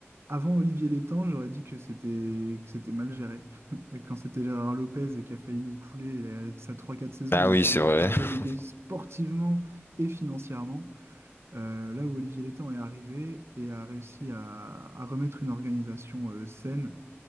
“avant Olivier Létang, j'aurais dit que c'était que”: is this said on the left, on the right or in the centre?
Right